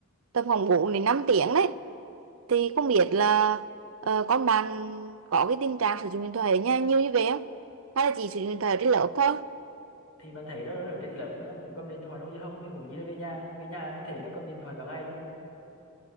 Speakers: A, on the right; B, on the left.
A: tầm khoảng 4 đến 5 tiếng đấy thì không biết là ờ, con bạn có cái tình trạng sử dụng điện thoại ở nhà nhiều như vậy không hay là chỉ sử dụng điện thoại ở trên lớp thôi
B: Thì bạn thấy đó ở trên lớp mà nó cũng cầm điện thoại trong giờ học thì huống gì nó về nhà, về nhà mình thấy nó cầm điện thoại cả ngày luôn.